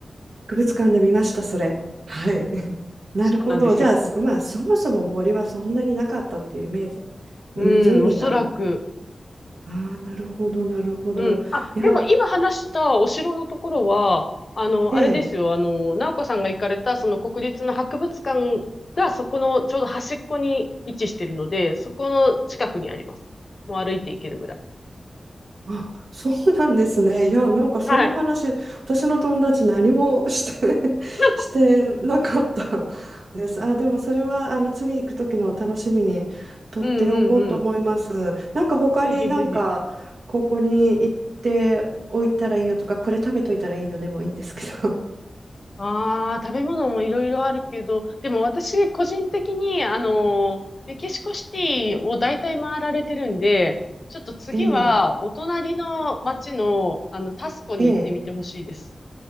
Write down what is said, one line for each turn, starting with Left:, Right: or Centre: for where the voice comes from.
Right: 博物館で見ました、それ。はい。<laughs> なるほど。
Left: そうなんですよ。
Right: じゃあ、すまあ、そもそも森はそんなになかったっていうイメージ。湖が。
Left: うん、おそらく。
Right: ああ、なるほど、なるほど。
Left: うん。あ、
Right: いや、
Left: でも今話したお城のところは、あの、
Right: ええ。
Left: あれですよ、あの、直子さんが行かれた、その国立の博物館が、そこのちょうど端っこに位置してるので、そこの近くにあります。もう歩いて行けるぐらい。
Right: あ、そうなんですね。いや、なんかそんな話、
Left: はい。
Right: 私の友達何もして <laughs>
Left: <laughs>
Right: してなかったです。あ、でもそれはあの次行く時の楽しみに取っておこうと思います。
Left: うんうんうん。
Right: なんか他になんかここに行っておいたらいいよとか、
Left: ぜひぜひ。
Right: これ食べといたらいいよでもいいんですけど。
Left: ああ、食べ物もいろいろあるけど、でも私、個人的に、あのーメキシコシティを大体回られてるんで、ちょっと次は、
Right: <laughs> ええ、
Left: お隣の町の、あの、タスコに行ってみてほしいです。
Right: ええ、